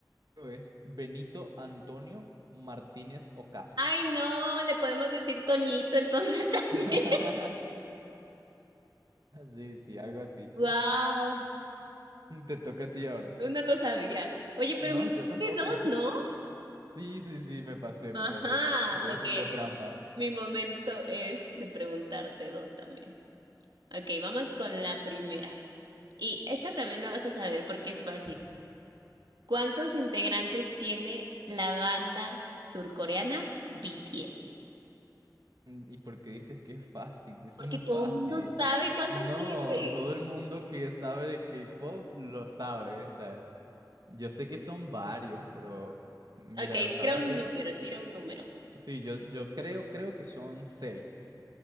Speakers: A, on the right; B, on the right.
A: es Benito Antonio Martínez Ocasio.
B: Ay, no, le podemos decir Toñito entonces <laughs> también.
A: <laughs> Sí, sí, algo así.
B: Wow,
A: Te toca a ti ahora.
B: tú no lo sabía. Oye,
A: No,
B: pero me dijiste
A: yo tampoco.
B: dos, ¿no?
A: Sí, sí, sí, me pasé,
B: Ajá,
A: me pasé. Estoy haciendo
B: ok, entonces
A: trampa.
B: mi momento es de preguntarte dos también. Ok, vamos con la primera. Y esta también la vas a saber porque es fácil. ¿Cuántos integrantes tiene la banda surcoreana BTS?
A: Mm, ¿Y por qué dices que es fácil? Eso
B: Porque
A: no es
B: todo
A: fácil.
B: el mundo sabe cuántos
A: No,
B: tiene.
A: todo el mundo que sabe de K-pop lo sabe. O sea, yo sé que son varios, pero mira,
B: Ok,
A: ¿sabes
B: tira un
A: qué?
B: número, tira un número.
A: Sí, yo, yo creo, creo que son seis.